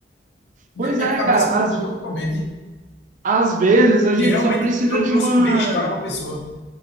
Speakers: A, on the left; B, on the right.
A: Minha,
B: Pois
A: minha
B: é,
A: cabeça
B: cara.
A: mudou
B: Às,
A: totalmente.
B: às vezes a gente
A: E realmente
B: só precisa
A: trou-
B: de
A: trouxe
B: uma
A: um bem-estar para a pessoa.